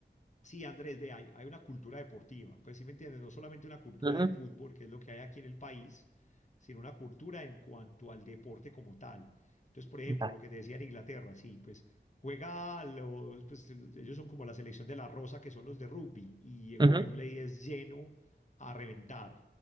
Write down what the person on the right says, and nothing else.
Ujú,
Vale.
Ujú.